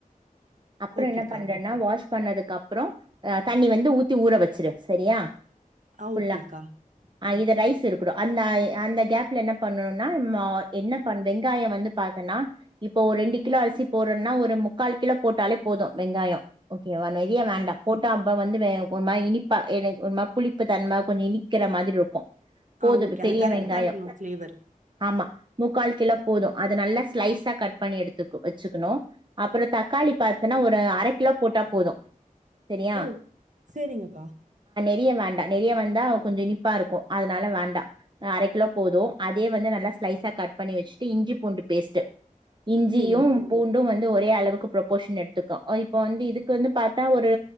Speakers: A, on the right; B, on the right.
A: அப்றோ
B: ஓகேக்கா.
A: என்ன பண்றன்னா வாஷ் பண்ணதுக்கு அப்றோ அ தண்ணி வந்து ஊத்தி ஊற வச்சிரு சரியா
B: ஆ
A: ஃபுல்லா
B: ஓகேக்கா. ம்.
A: இது ரைஸ் இருக் அந்த அந்த கேப்ல என்ன பண்ணும்னா என்ன வெங்காயோ வந்து பாத்தன்னா இப்போ ஒரு ரெண்டு கிலோ அரிசி போறோம்னா ஒரு முக்கால் கிலோ போட்டாலே போது வெங்காயோ இவ நெரிய வேண்டா
B: ஆ
A: போட்டு அ வந்து ஒரு இனிப்பா எனக்கு ஒரு புளிப்பு தன்ம கொஞ்ச இனிக்கிற மாடுய்ட்டின் இருக்கு போது
B: ஆ ஓகே. அது
A: பெரிய
B: கரெக்ட்டா
A: வெங்காயோ
B: இருக்கணும் ஃப்ளேவர்.
A: ஆமா முக்கால் கிலோ போது அது நல்லா ஸ்லைஸா கட் பண்ணி எடுத்துக்க வச்சுக்கணு அப்புறோ தக்காளி பார்த்தன்னா ஒரு அரை கிலோ போட்டா போது சரியா
B: ஹோ சேரிங்கக்கா
A: நெறிய வேண்டா நெறிய வந்தா கொஞ்ச இனிப்பா இருக்கு அதனால வேண்டா அரைக்கிலோ போது அதே வந்து நல்லா ஸ்லைஸா கட் பண்ணி வச்சுட்டு இஞ்சி பூண்டு பேஸ்ட்ட் இஞ்சியு
B: சரிங்
A: பூண்டு வந்து ஒரே அளவுக்கு ப்ரொபோஷன் எடுத்துக்கு இப்போ வந்து இதுக்கு வந்து பார்த்தா ஒரு ஒரு